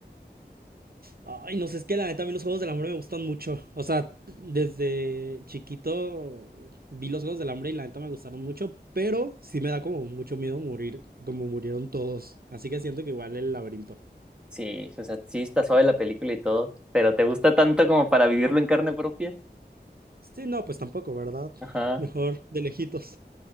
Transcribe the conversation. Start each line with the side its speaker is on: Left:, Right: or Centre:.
Right: Ay, no sé, es que la neta a mí los juegos del hambre me gustan mucho. O sea, desde chiquito vi los juegos del hambre y la neta me gustaron mucho, pero sí me da como mucho miedo morir, como murieron todos. Así que siento que igual el laberinto.
Centre: Sí, o sea, sí está suave la película y todo, pero ¿te gusta tanto como para vivirlo en carne propia?
Right: Sí, no, pues tampoco, ¿verdad?
Centre: Ajá.
Right: Mejor de lejitos.